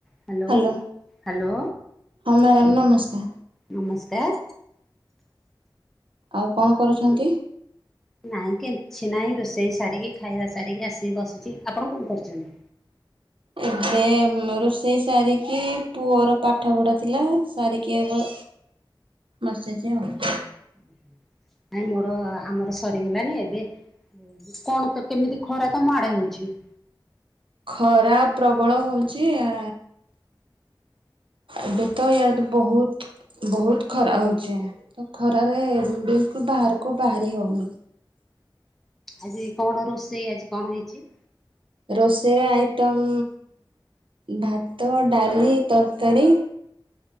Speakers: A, in the centre; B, on the right.
A: Hello
B: hello
A: hello.
B: ହଁ madam ନମସ୍କାର।
A: ନମସ୍କାର।
B: ଆଉ କଣ କରୁଚନ୍ତି।
A: ନାହିଁ କିମଛି ନାହିଁ ରୋଷେଇ ସାରିକି ଖାଇବା ସାରିକି ଆସିକି ବସିଚି ଆପଣ କଣ କରୁଚନ୍ତି?
B: ଏବେ ରୋଷେଇ ସାରିକି ପୁଅର ପାଠପଢ଼ା ଥିଲା ସାରିକି ଏ ବସିଚି ଆଉ।
A: ହୁ ହୁଁ। ନାଇଁ ମୋର ଆମର ସରିଗଲାଣିି ଏବେ କଣ ତ କେମିତି ଖରା ତମ ଆଡେ ହଉଚି?
B: ଖରା ପ୍ରବଳ ହଉଚି ଆ। ଏବେ ତ ଇଆଡେ ତ ବହୁତ ବହୁତ ଖରା ହଉଚି। ତ ଖରାରେ ବିଲକୁଲ ବାହାରକୁ ବାହାରି ହଉନି।
A: ଆଜି କଣ ରୋଷେଇ ଆଜି କଣ ହେଇଚି?
B: ରୋଷେଇର ଆଇଟମ୍ ଭାତ ଡାଲି ତରକାରୀ।